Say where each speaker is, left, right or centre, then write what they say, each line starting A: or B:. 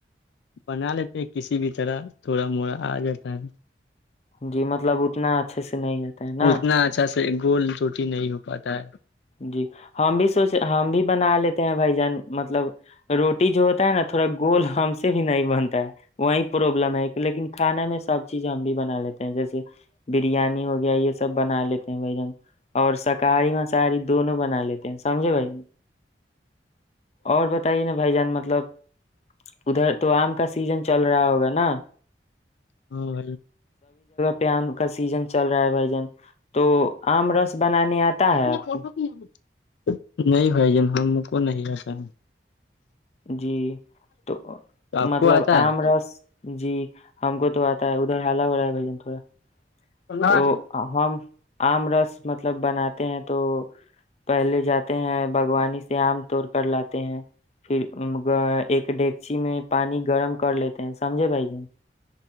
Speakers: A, on the left (about 80°); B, on the left (about 35°).
A: بنا لیتے ہیں کسی بھی طرح تھوڑا موڑا آ جاتا ہے
B: جی مطلب اتنا اچھے سے نہیں رہتے ہیں نا
A: اتنا اچھا گول چوٹی نہیں ہو پاتا ہے
B: جی ہم بھی سوچ ہم بھی بنا لیتے ہیں بھائی جان مطلب روٹی جو ہوتا ہے نا تھوڑا گول ہم سے بھی نہیں بنتا ہے وہیں پر پروابلم ہے لیکن کھانا میں سب چیز ہم بھی بنا لیتے ہیں جیسے بریانی ہو گیا یہ سب بنا لیتے ہیں بھ ج اور شاکاہاری میں سااری دونوں بنا لیتے ہیں سمجھے بھائی اور بتائیے نا بھائی جان مطلب ادھر تو آم کا سیزن چل رہا ہوگا نا
A: ہ ب
B: پیام کا سیزن چل رہا ہے بھائی جان تو آم رس بنانے آتا ہے آپ
A: بول
B: کو
A: رہ ہو نہیں بھائی جان ہم کو نہیں آتا ہے
B: جی تو
A: تو آپ
B: مطلب
A: کو آتا ہے
B: آم رس جی ہم کو تو آتا ہے ادھر حال ہو رہا ہے بھ جان تھوڑا
A: ہاں
B: تو ہمم آر مطلب بناتے ہیں تو پہلے جاتے ہیں باغوانی سے آم توڑ کر لاتے ہیں پھر ایک ڈگچی میں پانی گرم کر لیتے ہیں سمجھے بھائی ج